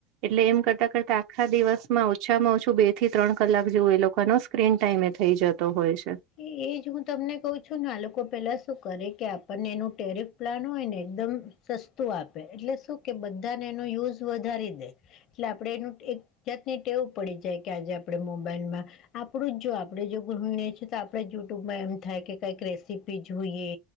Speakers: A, on the right; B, on the left.
A: એટલે એમ કરતા કરતા આખા દિવસમાં ઓછામાં ઓછું બે થી ત્રણ કલાક જેવું એ લોકો નુ સ્ક્રીન ટાઈમે થઇ જતો હોય છે.
B: એ એજ હું તમને કઉ છું ને આ લોકો પેલા શું કરે કે આપણને એનું ટેરફ પ્લાન હોય ને એકદમ સસ્તું આપે એટલે શું કે બધાને એનો યુઝ વધારી દે. એટલે આપડે એનું એક જાતની ટેવું પડી જાય કે આજે આપડણે મોબાઈલમાં આપણું જ જો આપડે જો ઘૃમને. તો આપણે યુટ્યુબમાં એમ થાય કે કંઈક રેસીપી જોઈએ.